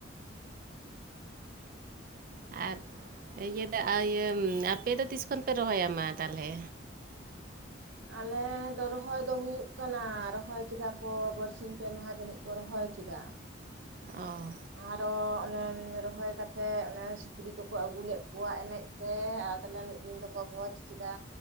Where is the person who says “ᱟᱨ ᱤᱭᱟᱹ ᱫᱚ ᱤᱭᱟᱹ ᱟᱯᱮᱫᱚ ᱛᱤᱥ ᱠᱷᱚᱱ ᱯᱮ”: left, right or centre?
Right